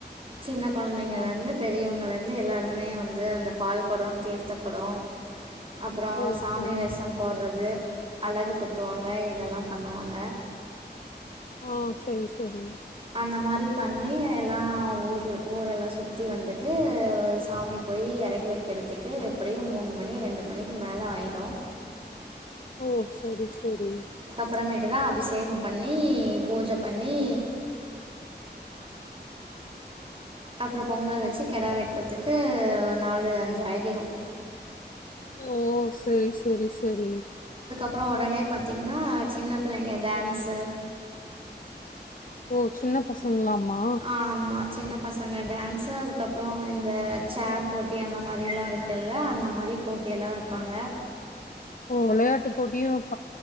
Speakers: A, on the right (about 35°); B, on the left (about 50°).
A: சின்ன கெழந்தைங்கல்லோருந்து
B: ஆ
A: பெரியவங்க வரைக் வந்து எல்லாருமே வந்து அந்த பால்கெடம் தீர்த்த குடம் அப்புறம்
B: ஓ
A: சாமி
B: சரி
A: வேஷம் போடுறது அழகு குத்துவாங்க இதெல்லாம் பண்ணுவாங்க
B: ஆ செரி செரி
A: அந்த மாரி பண்ணி எல்லாம் ஊர்ல் ஊர எல்லாம் சுற்றி வந்துட்டு சாமி போய் இறக்கி வைக்கிறதுக்கு எப்டியும் மூணு மணி ரெண்டு மணிக்கு மேல ஆயிடும்
B: ஓம் சரி ச செரி
A: அப்பறமேட்டு தான் அபிஷேகம் பண்ணி பூஜை பண்ணி அப்பறம் பொங்கல் வச்சு
B: ஓ
A: கோட வெட் அதுக்கு நாலு அஞ்சு ஆகிடும்
B: ஓ செரி செரி ச செரி
A: அப்புறோ ஒடனே பாத்தீங்கன்னா சின்ன புள்ளைங்க டான்ஸ்
B: ஓ சின்ன பசங்களாமா
A: ஆமாம் சின்ன பசங்க டான்ஸ் அதுக்கப்புறோ இந்த சேர் போட்டி அந்த மாதிரில்லா இருக்குல்ல அந்த மாதிரி போட்டியெல்லா வெப்பாங்க
B: அப்போ வெளையாட்டு போட்டியோ வெப்